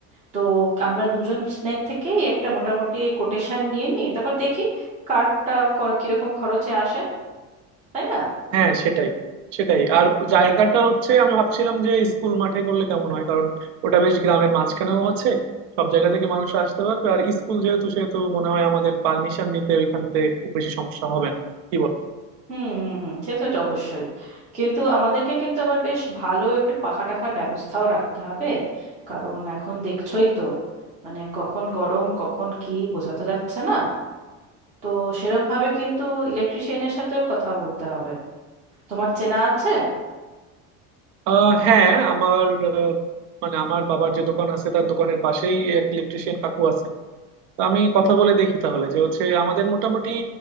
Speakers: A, on the right; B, on the right.
A: তো আমরা দুজনের থেকেই একটা মোটামুটি কোটেশন নিয়ে নিই তারপর দেখি কারটা ক- কিরকম খরচে আসে তাই না
B: হ্যাঁ সেটাই সেটাই আর জায়গাটা হচ্ছে আমি ভাবছিলাম যে স্কুল মাঠে করলে কেমন হয় কারণ ওটা বেশ গ্রামের মাঝখানেও আছে সব জায়গা থেকে মানুষ আসতে পারবে আর স্কুল যেহেতু সেহেতু মনে হয় আমাদের পারমিশন নিতে ওইখান থেকে খুব বেশি সমস্যা হবে না কি বল
A: হুম হুম হুম সে তো এটা অবশ্যই কিন্তু আমাদেরকে কিন্তু আবার বেশ ভালো একটু পাখা টাখার ব্যবস্থাও রাখতে হবে কারণ এখন দেখছোই তো মানে কখন গরম কখন কি বোঝা তো যাচ্ছে না তো সেরম ভাবে কিন্তু ইলেকট্রিশিয়ানের সাথেও কথা বলতে হবে তোমার চেনা আছে
B: আহ, হ্যাঁ আমার আহ, মানে আমার বাবার যে দোকান আছে তার দোকানের পাশেই এক ইলেকট্রিশিয়ান কাকু আছেন তো আমি কথা বলে দেখি তাহলে যে হচ্ছে আমাদের মোটামুটি